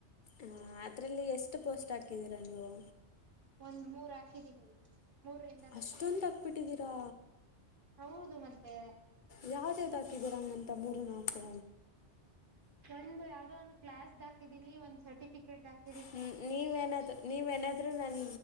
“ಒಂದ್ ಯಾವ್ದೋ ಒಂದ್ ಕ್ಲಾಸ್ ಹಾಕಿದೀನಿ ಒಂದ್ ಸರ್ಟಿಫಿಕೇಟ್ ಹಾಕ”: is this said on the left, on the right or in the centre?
Right